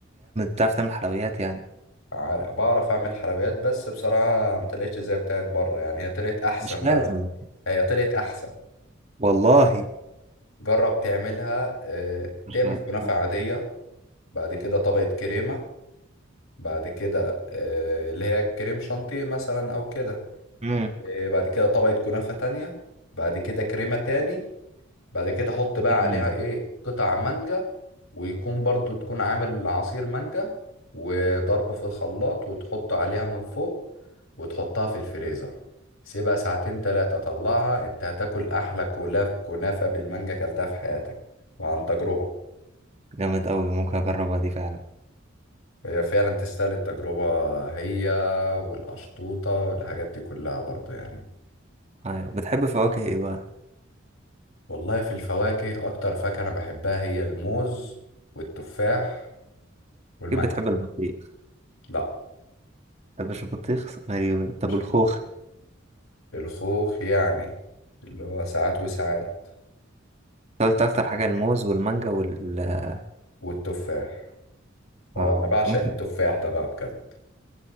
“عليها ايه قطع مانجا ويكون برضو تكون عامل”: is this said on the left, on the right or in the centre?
Left